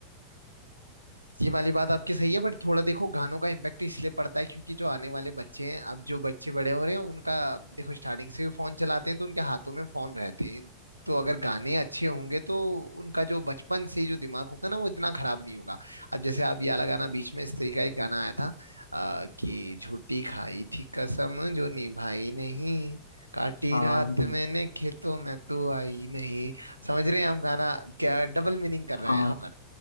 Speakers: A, on the right; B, on the left.
A: ये वाली बात आपकी सही है बट थोड़ा देखो गानों का इम्पैक्ट इसलिए पड़ता है क्योंकि जो आने वाले बच्चे हैं अब जो बच्चे बड़े हो रहे हैं उनका देखो स्टार्टिंग से ही फोन चलाते हैं तो उनके हाथों में फोन रहते हैं तो अगर गाने अच्छे होंगे तो उनका जो बचपन से जो दिमाग होगा ना वो इतना खराब नहीं होगा अब जैसे आप ये वाला गाना बीच में स्त्री का एक गाना आया था आ, कि झूठी खाई थी कसम जो निभाई नहीं काटी
B: हाँ
A: रात
B: बिल्कुल
A: मैंने खेतों में तू आई नहीं समझ रहे हैं हम गाना क्या डबल मीनिंग कर
B: हाँ
A: रहे हैं यहाँ पर